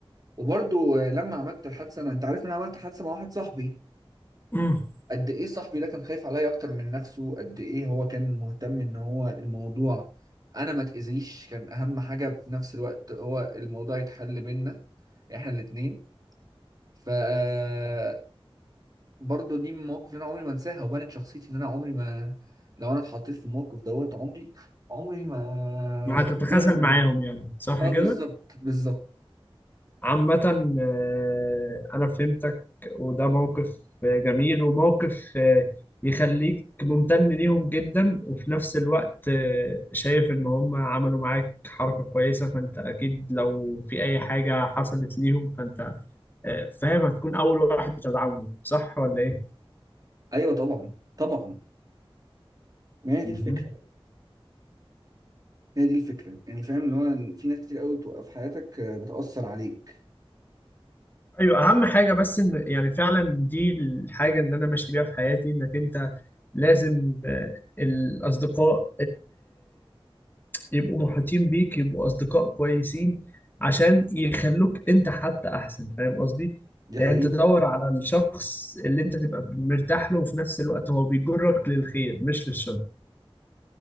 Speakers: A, on the right; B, on the left.
A: وبرضه آه، لما عملت الحادثه انا انت عارف ان انا عملت حادثه مع واحد صاحبي
B: امم
A: قد ايه صاحبي ده كان خايف عليا اكتر من نفسه قد ايه هو كان مهتم ان هو الموضوع انا ما تاذيش كان اهم حاجه في نفس الوقت هو الموضوع يتحل بينا احنا الاتنين ف آه، برضه دي من المواقف اللي انا عمري ما انساها وبنت شخصيتي ان انا عمري ما لو انا اتحطيت في الموقف دوت عمري عمري ما
B: هتتخاذل
A: اكون
B: معاهم يعني صح
A: اه
B: كده؟
A: بالظبط بالظبط
B: عامة آه، أنا فهمتك وده موقف آه، جميل وموقف آه، يخليك ممتن ليهم جدا وفي نفس الوقت آه، شايف إن هم عملوا معاك حركة كويسة فأنت أكيد لو في أي حاجة حصلت ليهم فأنت آه، فاهم هتكون أول واحد بتدعمهم صح ولا إيه؟
A: ايوه طبعا طبعا ما هي دي
B: مهم.
A: الفكره هي دي الفكره يعني فاهم اللي هو في ناس كتير قوي بتوقف في حياتك آه، بتاثر عليك
B: ايوه اهم حاجه بس ان يعني فعلا دي الحاجه اللي انا ماشي بيها في حياتي انك انت لازم آه، الاصدقاء يبقوا محيطين بيك يبقوا أصدقاء كويسين عشان يخلوك أنت حتى أحسن فاهم قصدي؟
A: دي
B: يعني
A: حقيقي
B: أنت تدور على الشخص اللي أنت تبقى مرتاح له وفي نفس الوقت هو بيجرك للخير مش للشر